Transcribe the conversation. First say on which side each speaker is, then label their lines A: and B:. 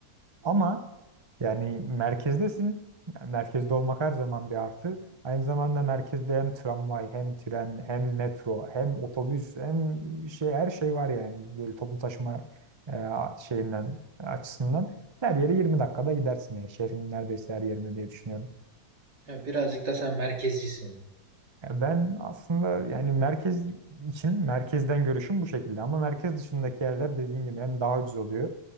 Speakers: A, on the right (about 20°); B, on the right (about 90°).
A: Ama yani merkezdesin. Yani merkezde olmak her zaman bir artı. Aynı zamanda merkezde hem tramvay, hem tren, hem metro, hem otobüs, hem şey her şey var yani. Böyle toplu taşıma e, şeyinden açısından her yere 20 dakikada gidersin yani. Şehrin neredeyse her yerinde diye düşünüyorum.
B: Ya birazcık da sen merkezcisin.
A: Ya ben aslında yani merkez için merkezden görüşüm bu şekilde ama merkez dışındaki yerler dediğin gibi hem daha ucuz oluyor